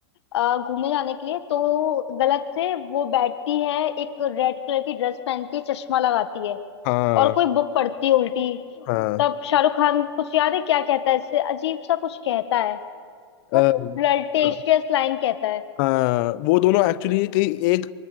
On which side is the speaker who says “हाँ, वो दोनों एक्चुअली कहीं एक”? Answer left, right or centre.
Left